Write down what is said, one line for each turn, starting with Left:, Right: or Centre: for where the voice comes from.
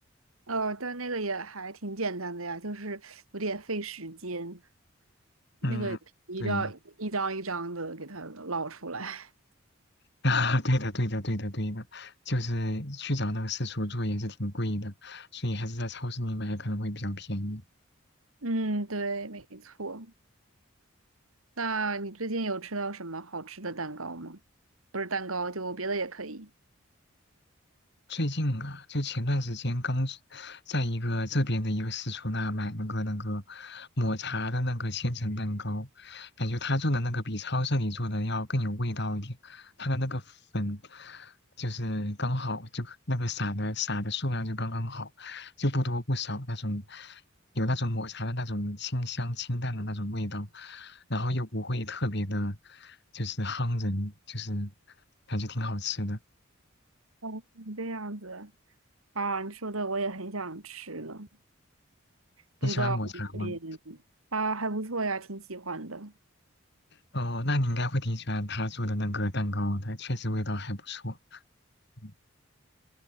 Right: 呃，但那个也还挺简单的呀，就是有点费时间。那个皮就要一张一张的给它捞出来。
Left: 嗯，对，<laughs> 啊，对的，对的，对的，对的，就是去找那个私厨做也是挺贵的，所以还是在超市里买可能会比较便宜。
Right: 嗯，对，没错。那你最近有吃到什么好吃的蛋糕吗？不是蛋糕，就别的也可以。
Left: 最近啊，就前段时间刚是在一个这边的一个私厨那买那个那个抹茶的那个千层蛋糕，感觉他做的那个比超市里做的要更有味道一点。他的那个粉就是刚好，就那个撒的撒的数量就刚刚好，就不多不少那种，有那种抹茶的那种清香清淡的那种味道，然后又不会特别的，就是夯人，就是感觉挺好吃的。
Right: 哦，这样子啊，你说的我也很想吃呢，不知道我们这边
Left: 你喜欢抹茶吗？
Right: 啊还不错呀，挺喜欢的。
Left: 哦，那你应该会挺喜欢他做的那个蛋糕的，确实味道还不错。嗯